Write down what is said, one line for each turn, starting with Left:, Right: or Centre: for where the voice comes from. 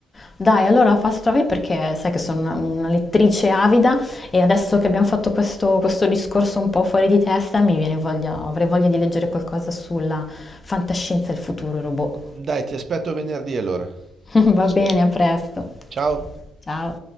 Left: Dai, allora Fast Travel perché sai che sono una, una lettrice avida e adesso che abbiamo fatto questo, questo discorso un po' fuori di testa mi viene voglia, avrei voglia di leggere qualcosa sulla fantascienza e il futuro robot.
Right: Dai, ti aspetto venerdì allora.
Left: <laughs> Va bene, a presto.
Right: Ciao.
Left: Ciao.